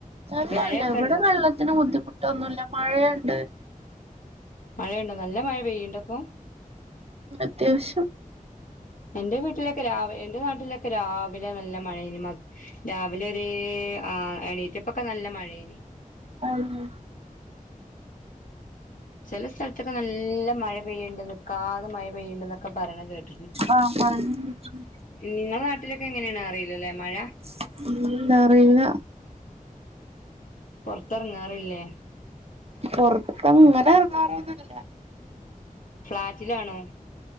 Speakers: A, on the right (about 45°); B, on the left (about 70°).
A: അല്ല
B: മഴയൊക്കെ
A: അല്ല ഇവിടെ
B: ഉണ്ടോ
A: വെള്ളത്തിന് ബുദ്ധിമുട്ടൊന്നുമല്ല മഴയുണ്ട്
B: മഴയുണ്ടോ നല്ല മഴ പെയ്യുണ്ടോപ്പൊ?
A: അത്യാവശ്യം
B: എന്റെ വീട്ടിലൊക്കെ രാവെ എന്റെ നാട്ടിലൊക്കെ രാവിലെ നല്ല മഴേയ്നി മദ്ര രാവിലെ ഒരു ആ എണീറ്റപ്പൊക്കെ നല്ല മഴേയ്നി
A: <unintelligible>
B: ചിലെ സ്ഥലത്തൊക്കെ നല്ല മഴ പെയ്യുണ്ട് നിക്കാതെ മഴ പെയ്യുണ്ട് എന്നൊക്കെ പറയണ കേട്ട്
A: ആ പറയണ് കേട്ട്ക്ക്ണ്
B: നിങ്ങളെ നാട്ടിലെക്കെ എങ്ങനെയാണറിയില്ല അല്ലേ മഴ
A: <unintelligible> അറിയില്ല
B: പൊറത്ത് എറങ്ങാറില്ലേ
A: പൊറത്ത് അങ്ങനെ ഇറങ്ങറൊന്നുല്ല
B: ഫ്ളാറ്റിലാണോ?